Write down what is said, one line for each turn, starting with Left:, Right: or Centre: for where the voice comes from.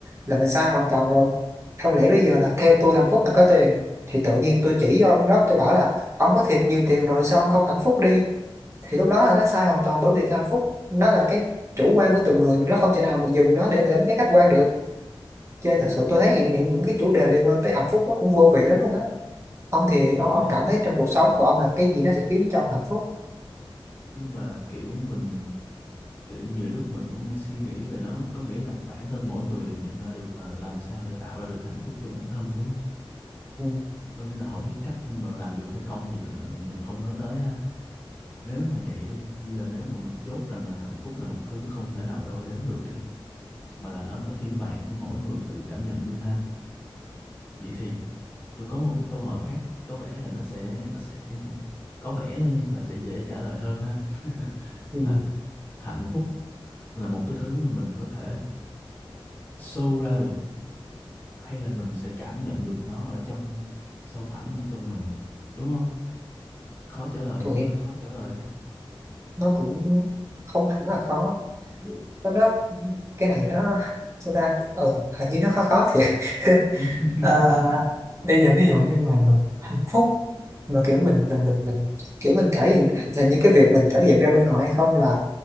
Right: là mình sai hoàn toàn rồi không lẽ bây giờ là theo tôi hạnh phúc là có tiền thì tự nhiên tôi chỉ cho ông đó tôi bảo là ông có thiệt nhiều tiền rồi sao ông không hạnh phúc đi thì lúc đó là nó sai hoàn toàn bởi vì cái hạnh phúc nó là cái chủ quan của từng người mình nó không thể nào mình dùng nó để mình đánh giá khách quan được cho nên thật
Left: ừ.
Right: sự tôi thấy những những những cái chủ đề liên quan tới hạnh phúc nó cũng vô vị lắm luôn á ông thì ông,
Left: vậy nên
Right: ông cảm thấy trong cuộc sống của ông là cái gì nó sẽ khiến cho ông hạnh phúc
Left: nhưng mà kiểu mình kiểu nhiều lúc mình cũng đang suy nghĩ về nó có nghĩa là bản thân mỗi người đều nhận ra được là làm sao để tạo ra được hạnh phúc cho bản thân đúng không
Right: ừ.
Left: có nghĩa là họ biết cách nhưng mà làm được hay không thì là mình không nói tới ha nếu mà vậy đi bây giờ nếu mà mình chốt rằng là hạnh phúc là một thứ không thể nào đo đếm được đi mà là nó là phiên bản của mỗi người tự cảm nhận đi ha vậy thì tôi có một cái câu hỏi khác có vẻ là nó sẽ nó sẽ có vẻ thôi nha là sẽ dễ trả lời hơn ha <laughs>
Right: Ừ.
Left: là hạnh phúc là một cái thứ mà mình có thể show ra được hay là mình sẽ cảm nhận được nó ở trong sâu thẳm bên trong mình đúng không khó trả lời
Right: Tụi
Left: cũng hơi khó trả lời ha
Right: nó cũng không hẳn là khó nó, nó cái này nó sao ta ừ, hình như nó khó khó thiệt <laughs>
Left: <laughs>
Right: Ờ, bây giờ ví dụ như mà mình hạnh phúc mà kiểu mình mình mình mình kiểu mình thể hiện hình như cái việc mình thể hiện ra bên ngoài hay không là